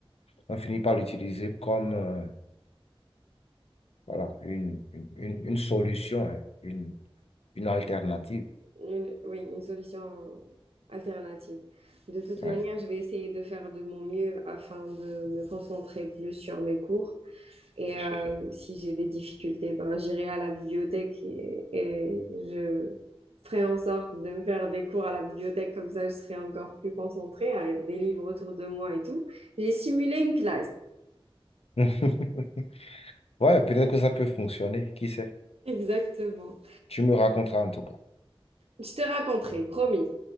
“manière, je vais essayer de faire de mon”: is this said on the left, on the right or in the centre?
Right